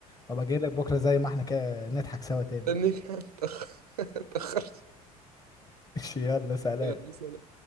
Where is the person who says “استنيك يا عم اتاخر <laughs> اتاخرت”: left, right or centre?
Right